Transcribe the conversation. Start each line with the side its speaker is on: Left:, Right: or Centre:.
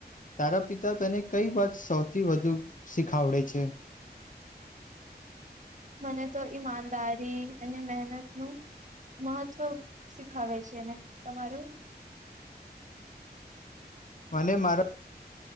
Left: તારા પિતા તને કઈ વાત સો થી વધુ શીખાવડે છે
Right: મને તો ઈમાનદારી અને મહેનતનુંું મહત્ત્વ શીખાવે છે અને તમારું
Left: મને મારા